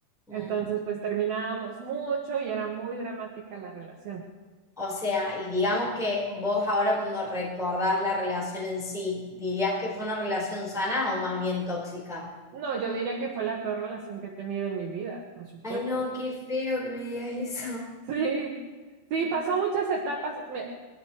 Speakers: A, in the centre; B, on the right.
A: Mm.
B: entonces pues terminábamos mucho y era muy dramática la relación.
A: O sea, y digamos que vos ahora cuando recordás la relación en sí, ¿dirías que fue una relación sana o más bien tóxica?
B: No, yo diría que fue la peor relación que he tenido en mi vida, por supuesto.
A: Ay, no, qué feo que me digas eso.
B: Sí, sí, pasó muchas etapas, me-